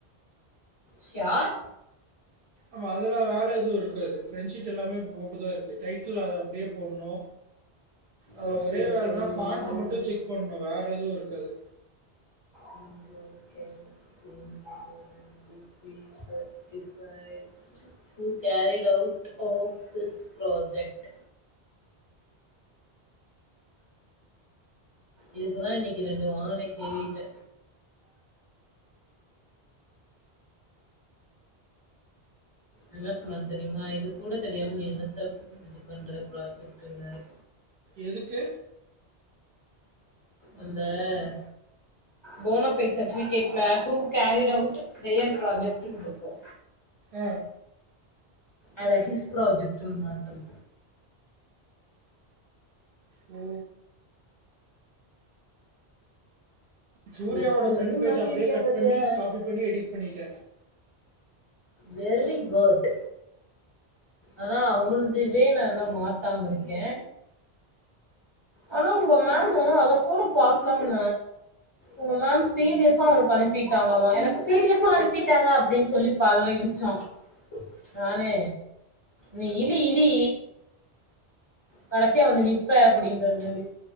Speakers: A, on the left; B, on the right.
A: ஷ்யூர்
B: ஆமா அதெல்லா வேல எதுவு இருக்காது ஃப்ரெண்ட் ஷீட் எல்லாமே போட்டுதா இருக்கு டைட்டில் அத அப்டியே போட்னு அதுல
A: ஆஃப்
B: ஒரே
A: த ரெக்குயர்மெண்ட்
B: வேலன்னா ஃபான்ட் மட்டு செக் பண்ணு வேற எதுவு இருக்காது
A: ஓகே ஓகே செரிங்க ப்ளீஸ் சார் பிஸ் I who carried out of is project இதுக்குதா இன்னைக்கு ரெண்டு வாங்குன கேவிட்டு என்ன சொன்னாரு தெரியுமா இது கூட தெரியாம நீ என்னத்த இது பண்ற ப்ராஜெக்ட்டுன்னாரு
B: எதுக்கு
A: அந்த அந்த போனஃபைட் சர்டிஃபிகேட்ல ஹூ கேரிட் அவுட் தெயர் ப்ராஜெக்ட்னு இருக்கு
B: ஆ
A: அத ஹிஸ் பிராஜெக்ட்டு மாத்தணு
B: ஓ சூர்யாவோட
A: எப்டி
B: ஃபிரண்ட்
A: வந்து
B: பேஜ
A: மாத்திருக்கே
B: அப்டே கட்
A: பாத்தியா
B: பண்ணி காபி பண்ணி எடிட் பண்ணிட்ட
A: வெரி குட் ஆனா அவுன்தேவே நா இன்னு மாத்தாம்ம இருக்கே ஆனா உங்க மேமு அத கூட பாக்காம உங்க மேம் பி டி எஃப் அவனுக்கு அனுப் பிட்டாங்கமா எனக்கு பி டி எஃப் அனுப்பிட்டாங்க அப்டின்னு சொல்லி பல்ல இளிச்சா நானே நீ இளி இளி கடசியா வந்து நிப்ப அப்டின் தனாரி